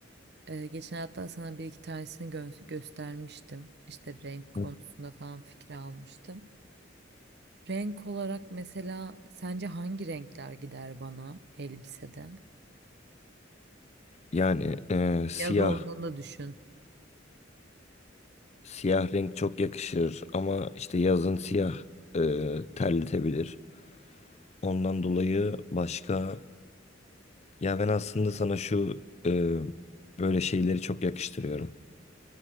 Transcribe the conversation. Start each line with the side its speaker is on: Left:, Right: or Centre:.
Right: Ee, geçen hafta sana bir iki tanesini gö- göstermiştim. İşte renk konusunda
Left: Hı.
Right: falan fikir almıştım. Renk olarak mesela sence hangi renkler gider bana elbisede?
Left: Yani e, siyah
Right: Yaz olduğunda düşün.
Left: siyah renk çok yakışır ama işte yazın siyah e, terletebilir. Ondan dolayı başka ya ben aslında sana şu e, böyle şeyleri çok yakıştırıyorum.